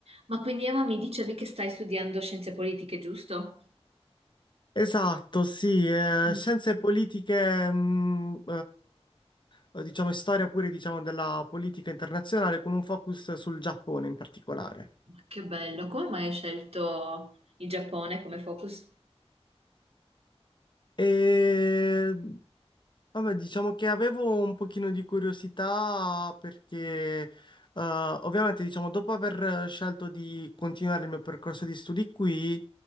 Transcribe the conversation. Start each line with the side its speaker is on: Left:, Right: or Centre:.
Right: Ma quindi Emma mi dicevi che stai studiando scienze politiche, giusto?
Left: Esatto, sì, eh,
Right: Mm.
Left: scienze politiche, mh, eh, diciamo, e storia pure, diciamo, della politica internazionale con un focus sul Giappone in particolare.
Right: Ma Che bello, come mai hai scelto il Giappone come focus?
Left: E Vabbè, diciamo che avevo un pochino di curiosità perché eh, ovviamente diciamo dopo aver scelto di continuare il mio percorso di studi qui